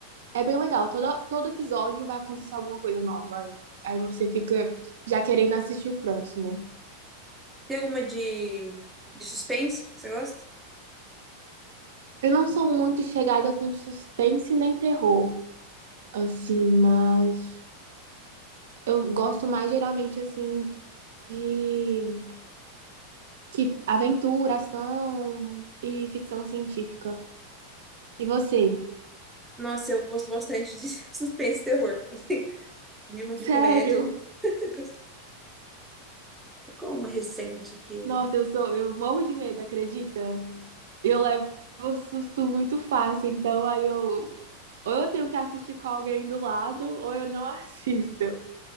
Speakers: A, on the right; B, in the centre.
A: É bem legal. Todo, todo episódio vai acontecer alguma coisa nova. Aí, aí você fica já querendo assistir o próximo.
B: Tem alguma de, de suspense que você gosta?
A: Eu não sou muito chegada com suspense nem terror, assim, mas eu gosto mais geralmente, assim, de Que aventura, ação e ficção científica. E você?
B: Nossa, eu gosto bastante de <laughs> suspense e terror. <laughs> Vi uma
A: Sério?
B: de comédia. <laughs> Com uma recente que.
A: Nossa, eu sou, eu morro de medo, acredita? Eu levo susto muito fácil, então aí eu ou eu tenho que assistir com alguém do lado ou eu não <laughs> assisto.